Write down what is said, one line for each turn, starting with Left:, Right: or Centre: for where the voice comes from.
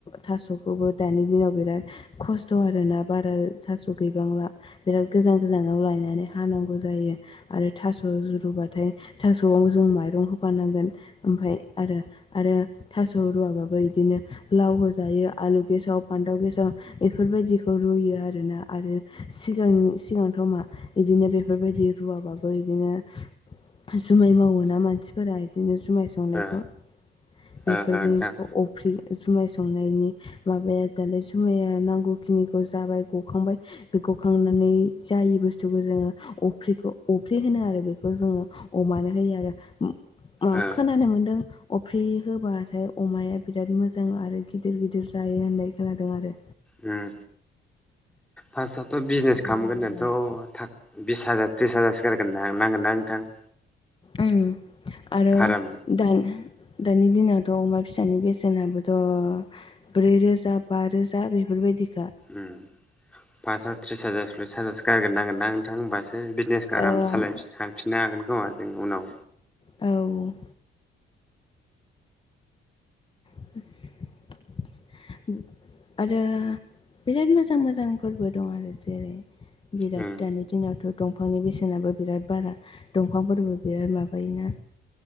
Left: थास'खौबो। दानि दिनाव बिराद खस्थ' आरोना बारा थास' गैबांला। बेराद गोजान गोजानाव लायनानै हानांगौ जायो। आरो थास' रुबाथाय थास'आव जों माइरं होफानांगोन। ओमफाय आरो आरो थास' रुवाबाबो इदिनो लाव होजायो आरो गेसाव फान्थाव गेसाव बेफोरबायदिखौ रुयो आरोना आरो सिगांनि सिगांथ' इदिनो बेफोरबायदि रुवाबाबो इदिनो जुमाय मावोना मानसिफोरा इदिनो जुमाय सावो। सावनायखौ
Centre: ओ
Left: बेफोरनि
Centre: ओ नोंथां
Left: अफ्रि जुमाय संनायनि माबाया दालाय जुमाया नांगौखिनिखौ जाबाय गखांबाय बे गखांनानै जायि बुस्थुखौ जोङो अफ्रिखौ अफ्रि होनो आरो बेखौ जोङो। अमानो होयो आरो। ओम
Centre: ओ
Left: खोनानो मोनदों अफ्रि होबाथाय अमाया बिराद मोजां आरो गिदिर गिदिर जायो होननाय खोनादों आरो।
Centre: उम फार्स्टआवथ' बिजनेस
Left: बेफोरबायदिनो
Centre: खालामग्रोनोथ'
Left: आरो
Centre: थाख बिस हाजार थ्रिस हाजारसो गारगोर नांगोन ना नोंथां?
Left: उम आरो
Centre: फार्म
Left: दान दानि दिनावथ' अमा फिसानि बेसेनाबोथ' ब्रै रोजा बा रोजा बेफोरबायदिखा।
Centre: उम पासआव थ्रिस हाजार सललिस हाजारसो गारग्रोन नांगोन ना नोंथां मा सो बिजनेसखौ आराम
Left: ओ
Centre: सालायफिननो हागोन खोमा जों उनाव।
Left: औ। <inaudible> आरो बिराद मोजां मोजां फोरबो दं आरो जेरै बिराद
Centre: उम
Left: <unintelligible> दिनावथ' दंफांनि बेसेनाबो बिराद बारा दंफांफोरबो बिराद माबायो।